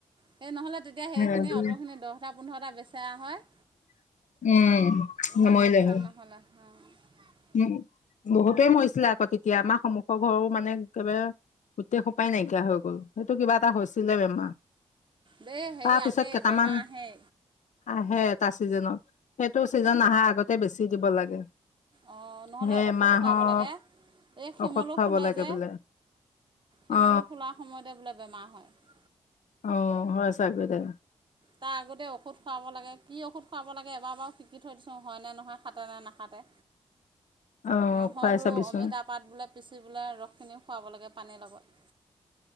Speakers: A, on the right; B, on the left.
A: সেই নহ'লে তেতিয়া সেইখিনি
B: উম
A: অটো'খিনি দহটা পোন্ধৰটা বেচাই আ হয়!
B: উম,
A: ইমান
B: সময় যায়গৈ।
A: <inaudible>
B: উম, বহুতে মৰিছিলে আকৌ তেতিয়া। আমাৰ সন্মুখৰ ঘৰো মানে একেবাৰে গোটেই সোপাই নাইকিয়া হৈ গ'ল। সেইটো কিবা এটা হৈছিলে বেমাৰ,
A: দেই হেৰি
B: তাৰপিছত
A: আহেই
B: কেইটামান
A: বেমাৰ আহেই
B: আহে এটা ছিজনত। সেইটো ছিজন আহাৰ আগতে বেছি দিব লাগে।
A: অ', নহ'লে
B: সেই
A: ঔষধ
B: এমাহৰ
A: খোৱাব লাগে। এ, শিমলো
B: ঔষধ খুৱাব
A: ফুলে
B: লাগে
A: যে।
B: বোলে
A: শিমলো
B: অ
A: ফুলাৰ সময়তে বোলে বেমাৰ হয়।
B: অ', হয়, চাগৈ দে।
A: তাৰ আগতে ঔষধ খুৱাব লাগে। কি ঔষধ খুৱাব লাগে এবাৰ বাৰু শিকি থৈ দিছোঁ হয়, নে নহয় খাতে নে নাখাতে!
B: অ
A: নহৰু
B: খুৱাই চাবিচোন
A: অমিতা পাত বোলে পিচি বোলে ৰসখিনি খোৱাব লাগে পানীৰ লগত।